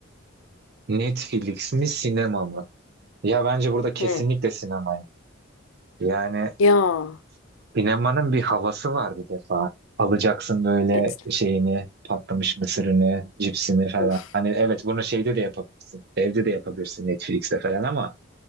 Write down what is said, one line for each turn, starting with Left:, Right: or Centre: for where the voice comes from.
Right: Netflix mi sinema mı? Ya bence burada kesinlikle
Left: Hı.
Right: sinema. Yani
Left: Ya
Right: sinemanın bir havası var bir defa. Alacaksın böyle
Left: et,
Right: şeyini, patlamış mısırını, cipsini falan.
Left: uf
Right: Hani evet bunu şeyde de yapabilirsin. Evde de yapabilirsin Netflix'te falan ama